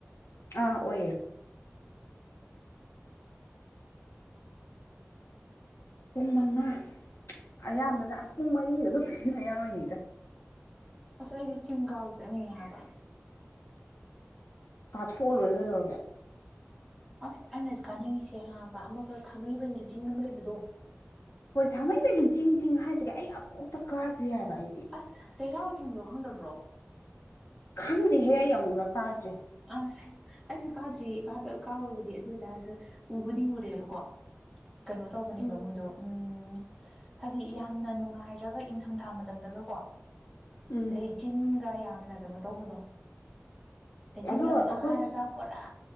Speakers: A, on the left; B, in the centre.
A: ꯑꯥ ꯑꯣꯏꯌꯦ ꯄꯨꯡ ꯃꯉꯥ ꯑꯌꯥꯝꯕꯅ ꯑꯁ ꯄꯨꯡ ꯃꯔꯤꯗ ꯑꯗꯨꯝ ꯊꯤꯅ ꯌꯥꯎꯔꯤꯅꯤꯗ
B: ꯑꯁ ꯑꯩꯗꯤ ꯆꯤꯡ ꯀꯥꯎꯕ ꯆꯠꯅꯤꯡꯉꯦ ꯍꯥꯏꯕ
A: ꯀꯥꯠꯊꯣꯛꯑ ꯂꯣꯏꯔꯒꯩꯗꯧꯔꯒꯦ
B: ꯑꯁ ꯑꯩꯅ ꯀꯥꯅꯤꯡꯉꯤꯁꯦ ꯍꯕ ꯑꯃꯒ ꯊꯥꯡꯃꯩꯕꯟꯒꯤ ꯆꯤꯡ ꯑꯃ ꯂꯩꯕꯗꯣ
A: ꯍꯣꯏ ꯊꯥꯡꯃꯩꯕꯩꯒꯤ ꯆꯤꯡ ꯆꯤꯡ ꯍꯥꯏꯁꯤꯒꯦ ꯑꯩ ꯑꯃꯨꯛꯇ ꯀꯥꯗ꯭ꯔꯤ ꯍꯥꯏꯕ ꯑꯩꯗꯤ
B: ꯑꯁ ꯆꯩꯔꯥꯎ ꯆꯤꯡꯗꯣ ꯍꯪꯗꯕ꯭ꯔꯣ
A: ꯈꯪꯗꯦꯍꯦ ꯌꯧꯉꯨꯗ ꯀꯥꯁꯦ
B: ꯑ ꯑꯩꯁꯨ ꯀꯥꯗ꯭ꯔꯤ ꯀꯥꯕꯕꯨꯗꯤ ꯑꯗꯨ ꯑꯣꯏꯇꯥꯔꯁꯨ ꯎꯕꯨꯗꯤ ꯎꯨꯔꯦꯕꯀꯣ ꯀꯩꯅꯣ ꯇꯧꯕꯅꯦꯕ
A: ꯎꯝ
B: ꯃꯣꯏꯗꯣ ꯎꯝ ꯍꯥꯏꯗꯤ ꯌꯥꯝꯅ ꯅꯨꯡꯉꯥꯏꯔꯒ ꯏꯪꯊꯝꯊꯥ ꯃꯇꯝꯗꯒꯀꯣ
A: ꯎꯝ
B: ꯂꯩ ꯃꯆꯤꯟꯒ ꯌꯥꯝꯅ ꯀꯩꯅꯣ ꯇꯧꯕꯗꯣ ꯂꯩꯆꯤꯟ
A: ꯑꯗꯣ
B: ꯌꯥꯝ
A: ꯑꯩꯈꯣꯏ
B: ꯊꯥꯔꯒ ꯄꯨꯔꯥ